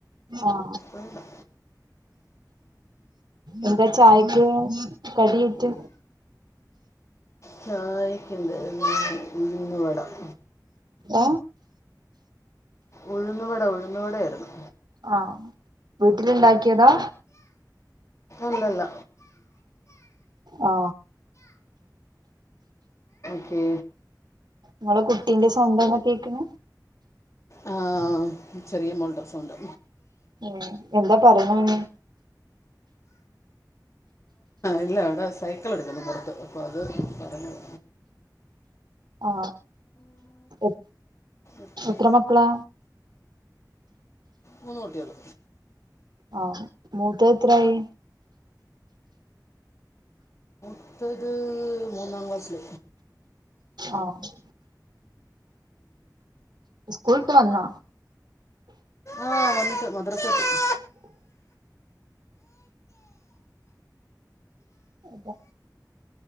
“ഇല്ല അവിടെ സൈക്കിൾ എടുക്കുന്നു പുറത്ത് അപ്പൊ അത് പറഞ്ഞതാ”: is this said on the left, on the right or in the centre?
Left